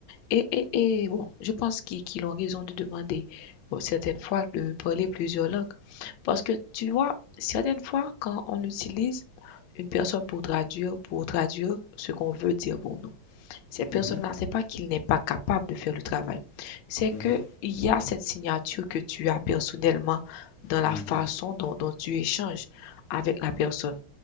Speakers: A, on the left; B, on the left.
A: Et, et, et bon, je pense qu'ils qu'ils ont raison de demander, bon, certaines fois, de parler plusieurs langues. Parce que tu vois, certaines fois, quand on utilise une personne pour traduire, pour traduire ce qu'on veut dire pour nous. Ces personnes-là,
B: Mhm,
A: c'est pas qu'ils n'est pas capable de faire le travail. C'est
B: mhm,
A: que il y a cette signature que tu as personnellement dans la
B: mhm.
A: façon dont, dont tu échanges avec la personne,